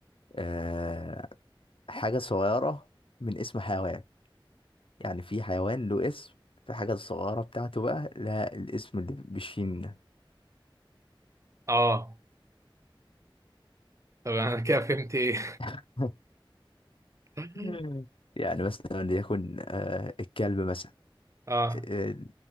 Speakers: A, on the left; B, on the right.
A: آه حاجة صغيرة من اسم حيوان يعني في حيوان له اسم في حاجة صغيرة بتاعته بقى لها الاسم اللي بالشين ده
B: اه طب انا <laughs> كده فهمت ايه
A: <laughs>
B: <laughs>
A: مم. يعني مثلا ليكن آه الكلب مثلا
B: اه
A: آه